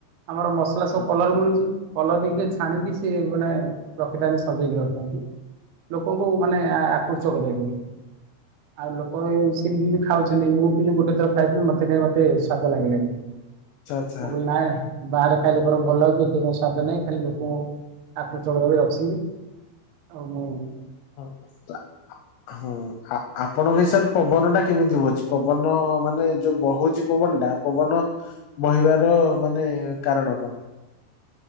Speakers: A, on the right; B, on the left.
A: ଆମର ମସଲା ସବୁ
B: ହୁଁ।
A: କଲର ମିଳୁଚି କଲର ଦେଇକି ଛାଣିକି ସିଏ ମାନେ ରଖିଥାନ୍ତି ସଜେଇକି ରଖିଥାନ୍ତି।
B: <unintelligible>
A: ଲୋକଙ୍କୁ ମାନେ ଆ ଆକୃଷ୍ଟ କରିବା ପାଇଁ। ଆଉ ଲୋକବି ସେମତି ବି ଖାଉଛନ୍ତି ମୁଁ ବିଲି ଗୋଟେ ଥର ଖାଇଥିଲି ମତେ କାଇଁ ମତେ ସ୍ଵାଦ ଲାଗିଲାନି। ମୁଁ
B: ଆଚ୍ଛା ଆଚ୍ଛା
A: କଇଲି ନାଇଁ ବାହାରେ ଖାଇଲେ ବରଂ ଭଲ ଲାଗୁଚି ଏଠି କଣ ସ୍ୱାଦ ନାଇଁ ଖାଲି ଲୋକଙ୍କୁ ଆକୁର୍ଷ୍ଟ କରିଆ ପାଇଁ ରଖଛନ୍ତି। ଆଉ ମୁଁ
B: <unintelligible> ହୁଁ ଆ ଆପଣଙ୍କ ହିସାବରେ ପବନ ଟା କେମିତି ହୋଉଚି ପବନ ପବନ ମାନେ ଯୋଉ ବହୁଚି ପବନ ଟା ପବନ ବହିବାରଅ ମାନେ କାରଣ କଅଁ? କଣ?